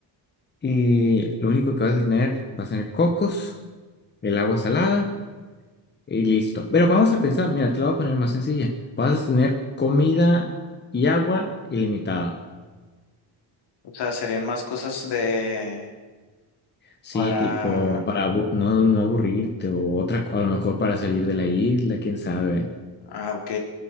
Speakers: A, on the left (about 25°); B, on the left (about 65°).
A: y lo único que vas a tener, vas a tener cocos, el agua salada Y listo. Pero vamos a pensar, mira, te lo voy a poner más sencilla. Vas a tener comida y agua ilimitada.
B: o sea, serían más cosas de
A: Sí,
B: para.
A: tipo, para abu- no, no aburrirte o otra, co- a lo mejor para salir de la isla, quién sabe.
B: Ah, ok.